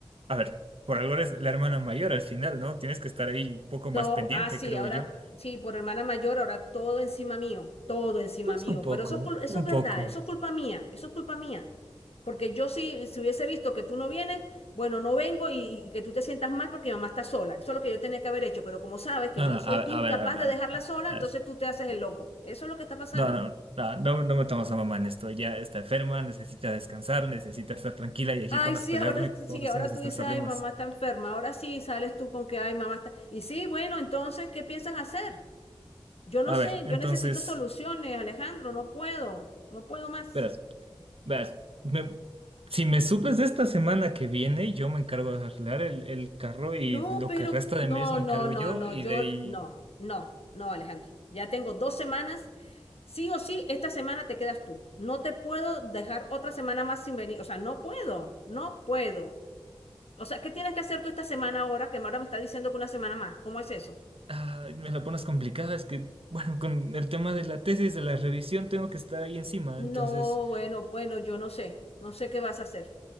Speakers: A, on the right; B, on the left.
A: a ver, por algo eres la hermana mayor al final, ¿no? Tienes que estar ahí un poco
B: No,
A: más pendiente,
B: ah, sí,
A: creo
B: ahora
A: yo.
B: sí, por hermana mayor, ahora todo encima mío, todo encima
A: Pues
B: mío.
A: un poco,
B: Pero eso es, cul- eso
A: un
B: es verdad,
A: poco.
B: eso es culpa mía, eso es culpa mía. Porque yo sí, si hubiese visto que tú no vienes, bueno, no vengo y, y que tú te sientas mal porque mi mamá está sola. Eso es lo que yo tenía que haber hecho. Pero como sabes que
A: No,
B: yo
A: no,
B: soy
A: a,
B: incapaz
A: a ver, a ver,
B: de
A: a ver.
B: dejarla
A: ah,
B: sola,
A: a
B: entonces
A: ver.
B: tú te haces
A: Sí.
B: el loco. Eso es lo que está pasando.
A: No, no, no, no, no metamos a mamá en esto. Ya está enferma, necesita descansar, necesita estar tranquila y aquí
B: Ay,
A: con
B: sí,
A: las peleas
B: ahora
A: lo único que estamos
B: sí,
A: haciendo
B: ahora
A: es
B: tú
A: estresarle
B: dices, ay,
A: más.
B: mamá está enferma. Ahora sí sales tú con que, ay, mamá está. Y sí, bueno, entonces, ¿qué piensas hacer? Yo no
A: A
B: sé,
A: ver, entonces,
B: yo necesito soluciones, Alejandro, no puedo, no puedo más.
A: verás. Veas, me- si me suples de esta semana que viene, yo me encargo de arreglar el, el carro y
B: No,
A: lo
B: pero
A: que resta
B: no,
A: de mes me
B: no,
A: encargo
B: no,
A: yo
B: no,
A: y
B: yo
A: de ahí
B: no, no, no, Alejandro. Ya tengo dos semanas. Sí o sí, esta semana te quedas tú. No te puedo dejar otra semana más sin venir. O sea, no puedo, no puedo. O sea, ¿qué tienes que hacer tú esta semana ahora que ahora me está diciendo que una semana más? ¿Cómo es eso?
A: ah, me la pones complicada. Es que, bueno, con el tema de la tesis, de la revisión, tengo que estar ahí encima.
B: No,
A: Entonces,
B: bueno, bueno, yo no sé, no sé qué vas a hacer.